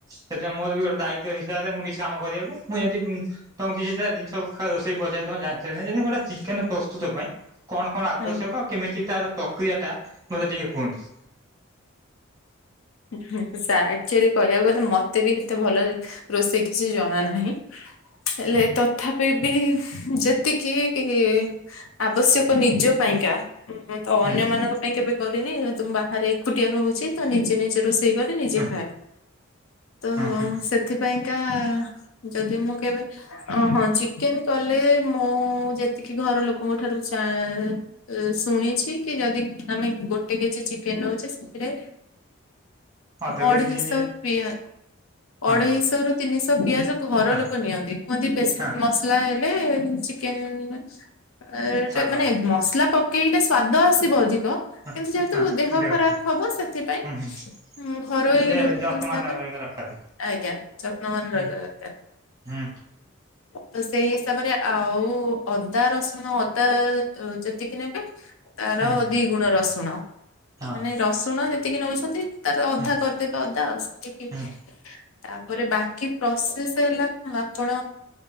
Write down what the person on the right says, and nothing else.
ସେଥିପାଇଁ ମୋର ବି ଗୋଟେ ଦାୟିତ୍ଵ ହିସାବରେ ମୁଁ କିଛି କାମ କରିବାକୁ ମୁଁ ଏମତି ଉଁ ତମୁ କିଛିଟା ଜିନଷ କା ରୋଷେଇ ପଚାରି ତମେ ଜାଣିଚ କି ନାଇଁ ଯେମିତି ଗୋଟେ ଚିକେନ ପ୍ରସ୍ତୁତ ପାଇଁ କଣ କଣ ଆବଶ୍ୟକ
କେମିତି ତାର ପ୍ରକ୍ରିୟାଟା ମତେ ଟିକେ କୁହନ୍ତୁ?
ହୁଁ
ହୁଁ
ହୁଁ
ହୁଁ
ଅଧ
କେଜି
ହଁ।
ହଁ
ହଁ
ସ୍ୱାଦ
ହଁ
ହଁ
ପାଇଁ
ହୁଁ ହୁଁ
ଟିକେ
ଯତ୍ନବାନ
ରହିବା ଦରକାର।
ହୁଁ
ହୁଁ
ହୁଁ
ହଁ
ହୁଁ
ହୁଁ